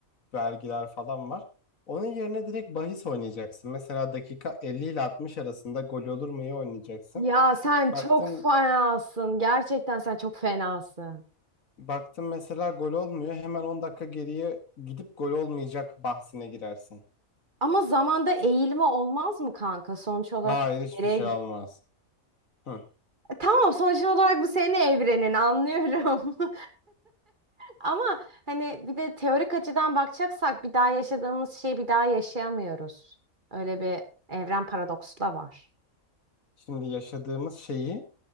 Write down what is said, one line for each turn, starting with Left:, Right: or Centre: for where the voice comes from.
Left: vergiler falan var. Onun yerine direkt bahis oynayacaksın. Mesela dakika 50 ile 60 arasında gol olur mu iyi oynayacaksın.
Right: Ya sen
Left: Baktın
Right: çok fenasın. Gerçekten sen çok fenasın.
Left: baktın mesela gol olmuyor. Hemen 10 dakika geriye gidip gol olmayacak bahsine girersin.
Right: Ama zamanda eğilme olmaz mı kanka? Sonuç olarak
Left: Hayır hiçbir
Right: nereye
Left: şey olmaz. Hı.
Right: Tamam sonuç olarak bu senin evrenin anlıyorum. <laughs> Ama hani bir de teorik açıdan bakacaksak bir daha yaşadığımız şeyi bir daha yaşayamıyoruz. Öyle bir evren paradoksu da var.
Left: Şimdi yaşadığımız şeyi